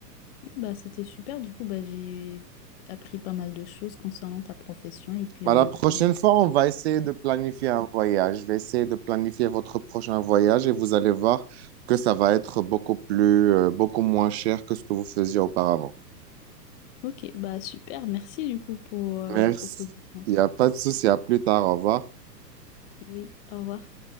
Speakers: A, on the left (about 35°); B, on the right (about 40°).
A: Bah, c'était super, du coup, bah, j'ai appris pas mal de choses concernant ta profession et puis
B: Bah,
A: on
B: la prochaine
A: peut...
B: fois, on va essayer de planifier un voyage. Je vais essayer de planifier votre prochain voyage et vous allez voir que ça va être beaucoup plus, euh, beaucoup moins cher que ce que vous faisiez auparavant.
A: Ok, bah super, merci du coup pour euh,
B: Merci.
A: la proposition.
B: Il n'y a pas de souci. À plus tard. Au revoir.
A: Oui, au revoir.